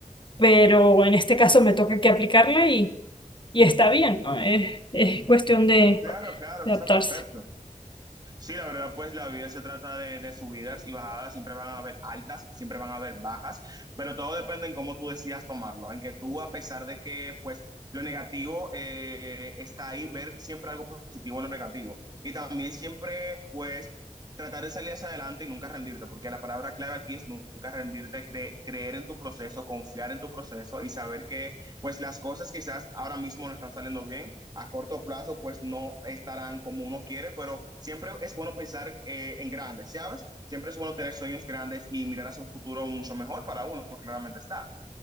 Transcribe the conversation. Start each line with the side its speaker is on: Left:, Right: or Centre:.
Left: pero en este caso me toca que aplicarla y está bien, ¿no? Es, es cuestión de,
Right: Claro, claro,
Left: de
Right: eso
Left: adaptarse.
Right: está perfecto. Sí, la verdad, pues la vida se trata de, de subidas y bajadas, siempre van a haber altas, siempre van a haber bajas, pero todo depende en cómo tú decidas tomarlo, en que tú, a pesar de que, pues, lo negativo eh, está ahí, ver siempre algo positivo en lo negativo. Y también siempre, pues, tratar de salir hacia adelante y nunca rendirte, porque la palabra clave aquí es nunca rendirte, cre- creer en tu proceso, confiar en tu proceso y saber que, pues, las cosas quizás ahora mismo no están saliendo bien, a corto plazo pues no estarán como uno quiere, pero siempre es bueno pensar eh, en grandes, ¿sabes? Siempre es bueno tener sueños grandes y mirar hacia un futuro mucho mejor para uno, claramente está.